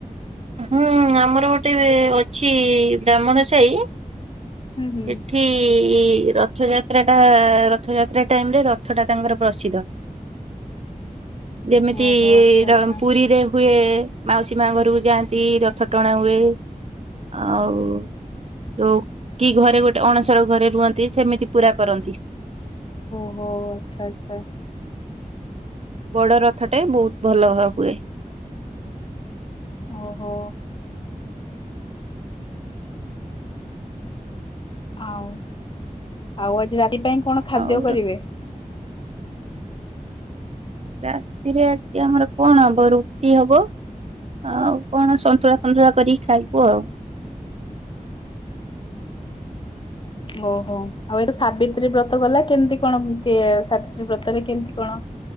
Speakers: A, on the right (about 50°); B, on the left (about 35°).
A: ହୁଁ, ଆମର ଗୋଟେ ବେ ଅଛି ବ୍ରାହ୍ମଣ ସାଇ
B: ହୁଁ ହୁଁ
A: ଏଠି ଠି ରଥଯାତ୍ରା ଟା ରଥଯାତ୍ରା ଟାଇମୂ ରେ ରଥ ଟା ତାଙ୍କର ପ୍ରସିଦ୍ଧ। ଯେମିତି
B: ଓହୋ
A: ଇଏ
B: ଆଚ୍ଛା
A: ର-
B: ଆଚ୍ଛା
A: ପୁରୀରେ ହୁଏ ମାଉସୀ ମା ଘରୁକୁ ଯାଆନ୍ ଚି, ରଥ ଟଣା ହୁଏ, ଆଉ ଯୋଉ କି ଘରେ ଗୋଟେ ଅଣସର ଘରେ ରୁହନ୍ତି, ସେମିତି ପୁରା କରନ୍ତି।
B: ଓହୋ ଆଚ୍ଛା ଆଚ୍ଛା।
A: ବଡ଼ ରଥଟେ ବୋହୁତ ଭଲ ହ ହୁଏ।
B: ଓହୋ। ଆଉ ଆଉ ଆଜି ରାତି ପାଇଁ କଣ ଖାଦ୍ୟ
A: ଆଉ
B: କରିବେ?
A: ର- ରାତିରେ ଆଜି ଆମର କଣ ହବ ରୁଟି ହବ। ଆଉ କଣ ସନ୍ତୁଳା ଫନ୍ତୁଳା କରିକି ଖାଇବୁ ଆଉ
B: ଓହୋ ଆଉ ଏବ୍ ସାବିତ୍ରୀ ବ୍ରତ ଗଲା କେମ୍ତି କଣ ବୁଚେ ଏ ସାବିତ୍ରୀ ବ୍ରତରେ କେମତି କଣ?